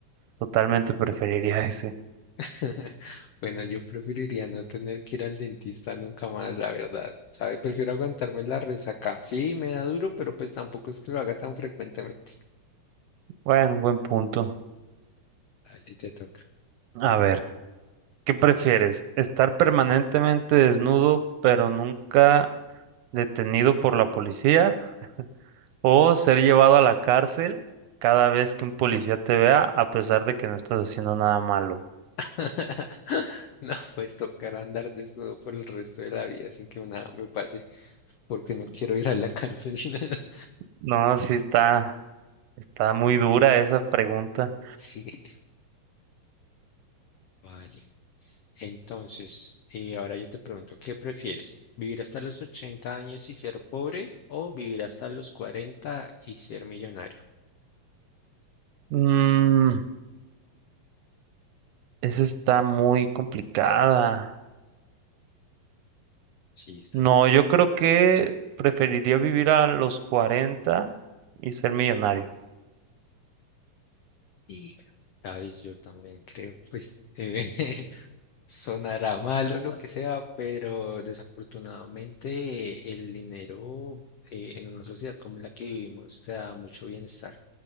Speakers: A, on the right; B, on the left.
A: Totalmente preferiría ese.
B: <laughs> Bueno, yo preferiría no tener que ir al dentista nunca más, la verdad. ¿Sabes? Prefiero aguantarme la resaca. Sí, me da duro, pero pues tampoco es que lo haga tan frecuentemente.
A: Bueno, buen punto.
B: Dale, te toca.
A: A ver, ¿qué prefieres? ¿Estar permanentemente desnudo pero nunca detenido por la policía? ¿O ser llevado a la cárcel cada vez que un policía te vea a pesar de que no estás haciendo nada malo?
B: <laughs> No, pues tocar andar desnudo por el resto de la vida sin que nada me pase. porque no quiero ir a la cárcel. <laughs>
A: No, sí está, está muy dura esa pregunta.
B: Sí, vale. Entonces, eh, ahora yo te pregunto, ¿qué prefieres? ¿Vivir hasta los 80 años y ser pobre o vivir hasta los 40 y ser millonario?
A: Mm, esa está muy complicada.
B: Sí, está
A: No,
B: difícil.
A: yo creo que preferiría vivir a los 40 y ser millonario.
B: Y, sabes, yo también creo, pues, eh, <laughs> sonará malo lo que sea, pero desafortunadamente el dinero eh, en una sociedad como la que vivimos te da mucho bienestar.